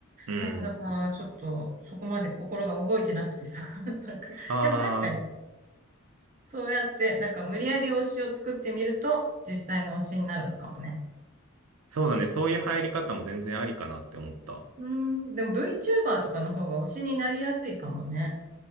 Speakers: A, on the right; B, on the right.
A: うん。
B: なかなかちょっとそこまで心が動いてなくてさ、<laughs> なんか、
A: ああ、
B: でも確かに、そうやって、なんか無理やり推しを作ってみると、実際の推しになるのかもね。
A: そうだね。そういう入り方も全然ありかなって思った。
B: うーん、でも VTuber とかの方が推しになりやすいかもね。